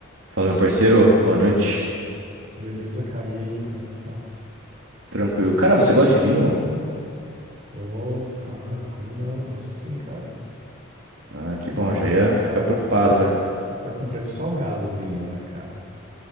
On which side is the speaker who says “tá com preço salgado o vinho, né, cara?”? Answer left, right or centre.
Right